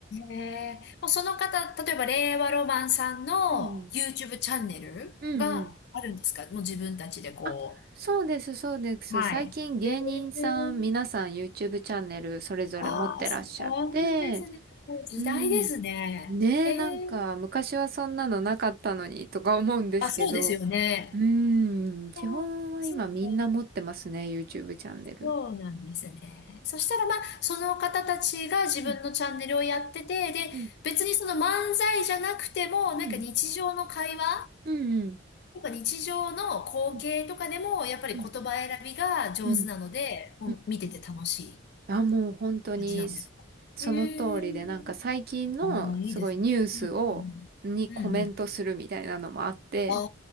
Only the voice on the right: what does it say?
うんうん。
うんうん。あ、そうです、そうです。
最近芸人さん、
皆さん YouTube チャンネルそれぞれ持ってらっしゃって、
うん。ねえ、
なんか昔はそんなのなかったのにとか思うんですけど、
うーん、基本は今みんな持ってますね、
YouTube チャンネル。
うん、
うん、
うん、
うん、うん、
うん、
うん、うん。
うんあ、もう本当にそその通りで、
なんか最近のすごいニュースを、
にコメントするみたいなのもあって、